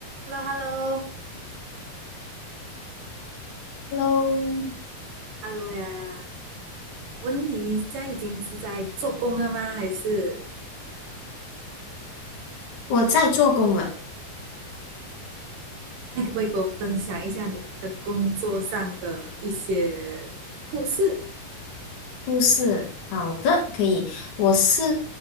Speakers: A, on the right; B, on the left.
A: h e l l o
B: Hello，
A: h e l l o h e l l o 呀！问你，你现在已经是在做工了吗？还是
B: 我在做工了。
A: 那可不可以给我分享一下你的工作上的一些故事？
B: 护士，好的，可以。我是